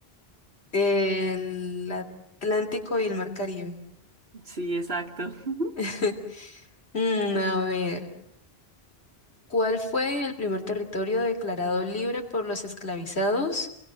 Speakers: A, on the left; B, on the right.
A: El Atlántico y el Mar Caribe.
B: Sí, exacto. <laughs>
A: <laughs> Mm, a ver. ¿Cuál fue el primer territorio declarado libre por los esclavizados?